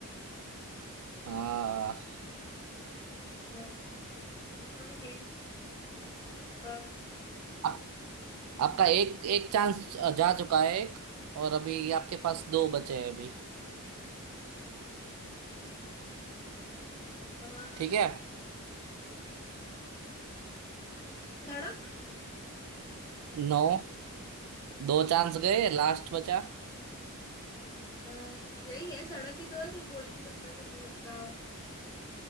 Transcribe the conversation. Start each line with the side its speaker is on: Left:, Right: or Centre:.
Right: हाँ
Left: नहीं पता- थोड़ा हिंट अ,
Right: आप, आपका एक एक चांस जा चुका है एक और अभी आपके पास दो बचे हैं अभी
Left: अ,
Right: ठीक है
Left: सोचना पड़ेगा हाँ सोचती हूँ। सड़क
Right: नौ दो चांस गए लास्ट बचा
Left: अ, यही है सड़क ही तो है जो बोल नहीं सकता सुन नहीं सकता